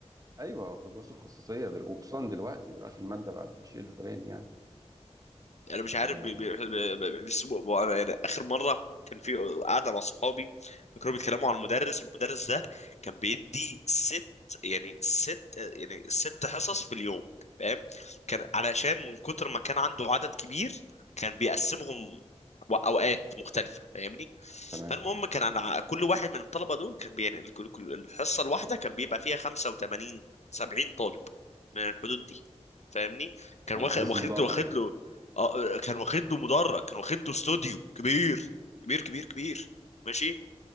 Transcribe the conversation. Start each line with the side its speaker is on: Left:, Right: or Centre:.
Right: ايوه دروس الخصوصيه دل... وخصوصا دلوقتي دلوقتي الماده بقت بالشيء الفلاني يعني
Left: انا مش
Right: يعني
Left: عارف بي- بي- بي- بي- بيسموا بو- انا يعني اخر مره كان في قاعده مع صحابي فكانوا بيتكلموا عن مدرس المدرس ده كان بيدي ست يعني ست يعني ست حصص في اليوم فاهم كان علشان من كتر ما كان عنده عدد كبير كان بيقسمهم و- اوقات مختلفه فاهمني
Right: تمام
Left: فالمهم كان على كل واحد من الطلبه دول كان بي- يعني الكل- كل- الحصه الواحده كان بيبقى فيها 85 70 طالب من الحدود دي فاهمني كان
Right: ده عايز
Left: واخد واخد
Right: مدرج
Left: له واخد
Right: ده
Left: له اه كان واخد له مدرج كان واخد له استوديو كبير كبير كبير كبير ماشي